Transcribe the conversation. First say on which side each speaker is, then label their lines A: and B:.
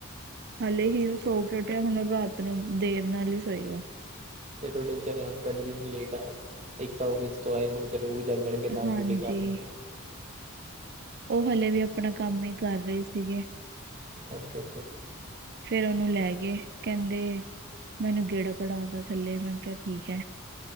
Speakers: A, on the right; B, on the right.
A: ਹਾਲੇ ਹੀ ਉਹ ਸੋ ਕੇ ਉੱਠਿਆ ਹੁਣ ਰਾਤ ਨੂੰ ਦੇਰ ਨਾਲ ਹੀ ਸੋਏਗਾ।
B: ਫ ਤੁਹਾਡੇ ਬਾਰੇ ਹਸਬੈਂਡ ਵੀ ਹੁਣ ਲੇਟ ਆ ਇੱਕ ਤਾਂ ਉਹ ਵੀ ਏ ਹੁਣ ਚ ਉਹ ਜਾਗ ਜਾਣਗੇ ਨਾਲ
A: ਹਾਂਜੀ,
B: ਵੀ ਟੂਟੀ ਕਰ ਲੱਗੇ।
A: ਉਹ ਹਲੇੇ ਵੀ ਆਪਣਾ ਕੰਮ ਹੀ ਕਰ ਰਹੇ ਸੀਗੇ।
B: ਓਕੇ ਓਕੇ
A: ਫੇਰ ਉਹਨੂੰ ਲੈ ਗਏ ਕਹਿੰਦੇ ਮੈਨੂੰ ਗੇੜਾ ਕੜਾ ਦਾ ਥੱਲੇ ਮੈਂ ਕਿਹਾ ਠੀਕ।